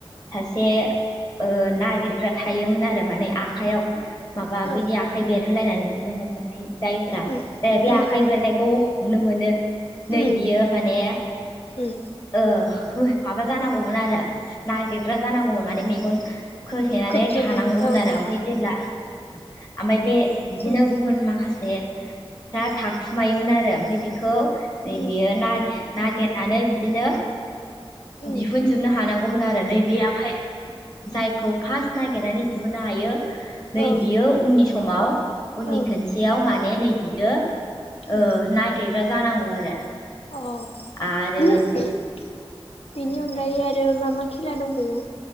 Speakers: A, on the left; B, on the left.
A: सासे ओ नागिरग्रा थायोमोन आरो माने आखाइयाव माबा
B: औ
A: बिदि आखाइ बेरहोलायनानै बिदिनो हमनानै जायफ्रा
B: उम
A: जाय बे
B: उम
A: आखाइ
B: उम
A: बेरनायखौ हमनो मोनो नैबेयो
B: उम
A: माने
B: उम
A: ओ माबा जानांगौमोन आरो नागिरग्रा जानांगौमोन माने मेगन खोथेनानै
B: खोबथेनानै
A: थानांगौमोन
B: औ
A: आरो
B: औ
A: ओमफाय जेब्ला ओमफाय बे बिदिनो
B: उम
A: गुबुन माखासे फ्रा थाखुमायोमोन आरो ओमफाय बेखौ
B: उम
A: नैबेयो नागिर नागिरनानै बिदिनो
B: उम
A: दिहुनजोबनो हानांगौ- मोन आरो नैबे आखाय जायखौ फार्स्ट नागिरनानै दिहुननो हायो नै
B: औ
A: बियो उननि समाव उननि
B: औ
A: खनसेयाव माने नै बियो ओ
B: उम
A: नागेरग्रा जानांगौ आरो
B: अ
A: आरो
B: बेनि
A: माने
B: अनगायै आरो मा मा खेला दंबोयो